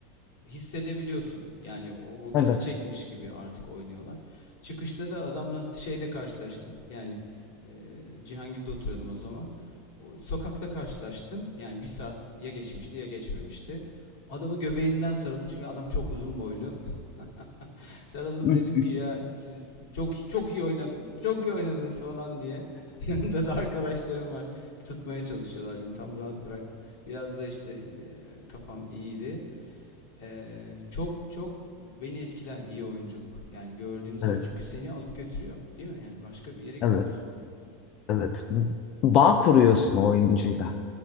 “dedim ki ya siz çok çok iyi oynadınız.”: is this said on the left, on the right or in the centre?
Left